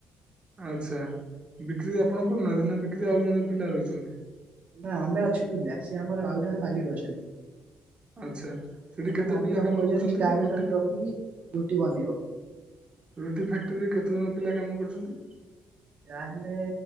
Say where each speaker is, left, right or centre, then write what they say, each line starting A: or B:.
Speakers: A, on the right; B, on the right.
A: ଆଚ୍ଛା ବିକ୍ରି ଆପଣ କରୁନାହାନ୍ତି ନା ବିକ୍ରି ଆଉ ଜଣେ ପିଲା ରହିଛନ୍ତି?
B: ନା ଆମେ ଅଛୁ ପିଲା ସେ ଆମର ଆଉ ଜଣେ ମାଲିକ ଅଛନ୍ତି।
A: ଆଚ୍ଛା। ସେଠି
B: ମାନେ
A: କେତେ
B: ମାଲିକ
A: ପିଲା
B: ଆମକୁ
A: କାମ
B: କହିଛନ୍ତି
A: କରୁଛନ୍ତି
B: ଷ୍ଟାପ
A: ରୁଟି
B: <unintelligible> ରଖିକି ରୁଟି ବନେଇବ।
A: ରୁଟି ଫ୍ୟାକ୍ଟ୍ରିରେ କେତେଜଣ ପିଲା କାମ କରୁଛନ୍ତି?
B: ଯାହା ହେଲେ